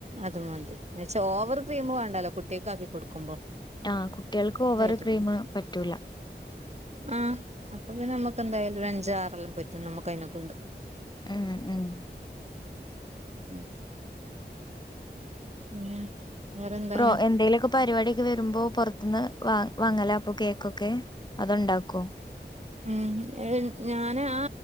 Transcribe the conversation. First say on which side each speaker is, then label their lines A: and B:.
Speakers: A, on the right (about 35°); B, on the left (about 25°).
A: അത് മതി എന്നച്ച ഓവർ ക്രീം വേണ്ടല്ലോ കുട്ടികക്ക ആക്കി കൊടുക്കുമ്പോ
B: ആഹ് കുട്ടികൾക്ക് ഓവർ
A: ഇതായിട്ട്
B: ക്രീം പറ്റൂല
A: ആഹ് അപ്പൊന്ന നമുക്ക് എന്തായാലും ഒരു അഞ്ച് ആറെല്ലാം പറ്റും നമുക്ക് അതിനെക്ക കൊണ്ട്
B: ഉം ഉം
A: ഉം പിന്നെ വേറെന്താണ്
B: പ്രോ എന്തേലൊക്കെ പരിപാടിയൊക്കെ വരുമ്പോ പുറത്തന്ന് വാ വാങ്ങല അപ്പൊ കേക്കൊക്കെ അതൊണ്ടാക്കോ
A: മ ഞാൻ ആ